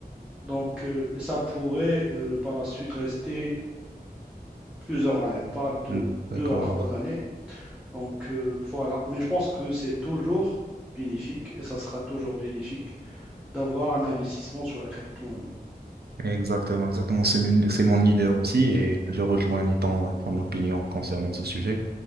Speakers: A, in the centre; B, on the right.
A: Donc, euh, ça pourrait euh, par la suite rester plusieurs années. On parle de
B: Mm. D'accord.
A: deux à trois années. Donc, euh, voilà. Mais je pense que c'est toujours bénéfique et ça sera toujours bénéfique d'avoir un investissement sur la crypto-monnaie.
B: Exactement, exactement. C'est mon, c'est mon idée aussi et je rejoins ton, ton opinion concernant ce sujet.